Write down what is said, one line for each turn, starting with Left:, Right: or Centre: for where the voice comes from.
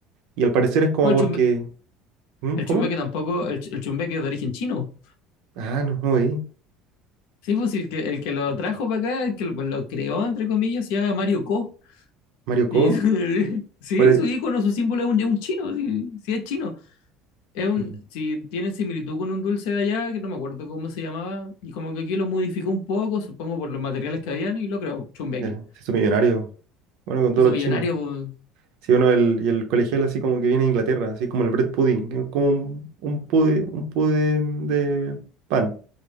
Right: Y al parecer es como
Left: Bueno,
Right: porque.
Left: el chumbeque,
Right: ¿Mm?
Left: el
Right: ¿Cómo?
Left: chumbeque tampoco, el, ch- el chumbeque es de origen chino.
Right: Ah, no, no veí.
Left: Sí, pues el que, el que lo trajo para acá, el que lo, lo creó, entre comillas, se llama Mario Ko.
Right: Mario Co.
Left: Y <laughs> sí,
Right: ¿Cuál es?
Left: su icono, su símbolo es un, es un chino, sí, sí es chino. Es un,
Right: Mm,
Left: si tiene similitud con un dulce de allá, que no me acuerdo cómo se llamaba, y como que aquí lo modificó un poco, supongo por los materiales que habían, y lo creó, chumbeque.
Right: ya, se hizo millonario. Bueno, con todos
Left: Ese millonario,
Right: los chinos.
Left: pues,
Right: si uno el, y el colegial así como que viene de Inglaterra, así como el bread pudding, que es como un, un pude- un pudín de pan.